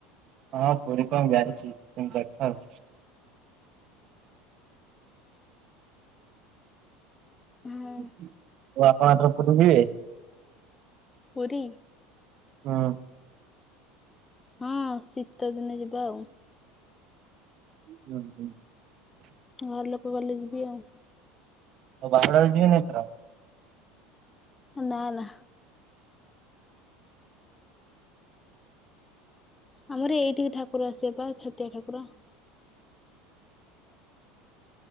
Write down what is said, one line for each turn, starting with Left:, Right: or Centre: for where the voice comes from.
Right: ହଁ ପୁରୀ ତ ମୁଁ ଯାଇଛି ତିନି ଚାରି ଥର।
Left: ହଁ
Right: <unintelligible>
Left: ପୁରୀ।
Right: ହଁ।
Left: ହଁ ଶୀତ ଦିନେ ଯିବା ଆଉ।
Right: ହୁଁ ହୁଁ।
Left: ଘର ଲୋକ ଗଲେ ଯିବି ଆଉ।
Right: ବାହୁଡ଼ା ରେ ଯିବେନି ଏଥର?
Left: ନାଁ ନାଁ। ଆମର ଏଇଠି ବି ଠାକୁର ଆସିବେ ବା ଛତିଆ ଠାକୁର।